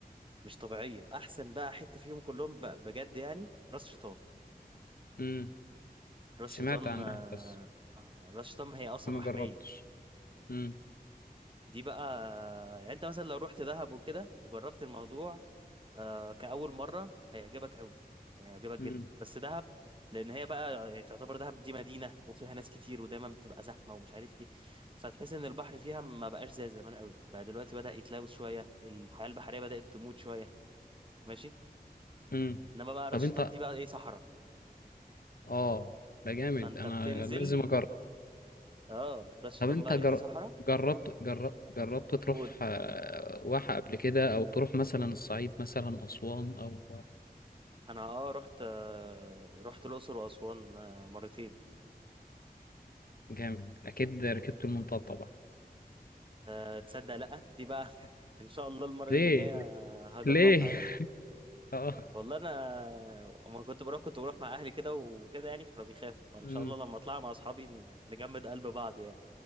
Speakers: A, on the right; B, on the left.
A: مش طبيعية احسن بقى حتة فيهم كلهم ب- بجد يعني راس شيطان
B: امم
A: راس
B: سمعت
A: شيطان
B: عنها
A: آه،
B: بس
A: آه، راس شيطان هي اصلا
B: بس ما
A: محمية
B: جربتش امم
A: دي بقى آه، يعني انت مثلا لو رحت دهب وكده وجربت الموضوع آه كأول مرة هيعجبك قوي يعني هيعجبك جدا
B: امم
A: بس دهب لأن هي بقى يعني تعتبر دهب دي مدينة وفيها ناس كتير ودايما بتبقى زحمة ومش عارف إيه فتحس إن البحر فيها ما بقاش زي زمان قوي بقى دلوقتي بدأ يتلوث شوية الحياة البحرية بدأت تموت شوية ماشي
B: امم
A: إنما بقى راس
B: طب انت
A: شيطان دي بقى إيه صحراء
B: اه ده جامد
A: فأنت
B: انا
A: بتنزل
B: لازم اجرب
A: آه راس شيطان
B: طب انت
A: بقى
B: جر...
A: إيه دي صحراء
B: جربت جر... جربت تروح
A: وأقول
B: آه، واحة قبل كده او تروح مثلا الصعيد مثلا اسوان او
A: أنا آه رحت آه رحت الأقصر وأسوان آه مرتين
B: جامد اكيد ركبت المنطاد طبعا
A: أه تصدق لأ دي بقى <laughs> إن شاء الله المرة
B: ليه
A: اللي جاية هجربها
B: ليه
A: يعني
B: <laughs> اه
A: والله أنا أما كنت بروح كنت بروح مع أهلي كده وكده يعني فكانوا بيخافوا فإن
B: امم
A: شاء الله لما أطلع مع أصحابي نجمد قلب بعض يعني